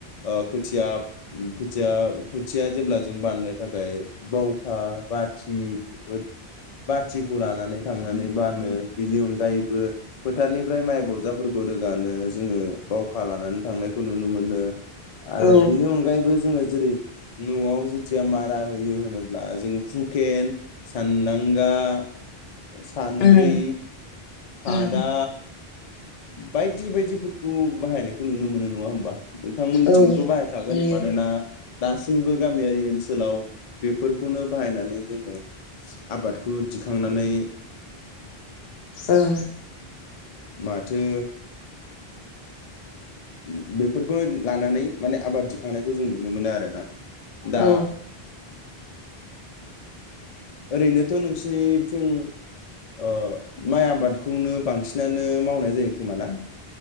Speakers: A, on the left; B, on the left.
A: ओ खोथिया खोथिया खोथिया जेब्ला जों बाननो थाखाय बावखा बाथि बोद बाथिखौ लानानै थांनानै बानो। बिनि अनगायैबो फोथारनिफ्राय माइ बजाफोरखौ रोगानो जोङो बावखा लानानै थांनायखौ नुनो मोनो। आरो
B: औ
A: बिनि अनगायैबो जोङो जेरै न'आव जेथिया मारा होयो होनोब्ला जोङो हुकेन सानदां ओंगा ओ सान्द्रि
B: उम
A: खादा
B: उम
A: बायदि बायदिफोरखौ बाहायनायखौ नुनो मोनो नङा होनबा? बिथांमोननिथिंबोथ'
B: औ
A: बाहायखागोन
B: नुयो
A: मानोना दासिमबो गामियारि ओनसोलाव बेफोर खौनो बाहायनानै जोङो आबादखौ दिखांनानै
B: ओं
A: मा थो उम बेफोरखौनो लानानै माने आबाद थिखांनायखौ जों नुनो मोनो आरो ना दा।
B: औ
A: ओरैनोथ' नोंसिनिथिं ओ माइ आबादखौनो बांसिनानो मावनाय जायो खोमा ना?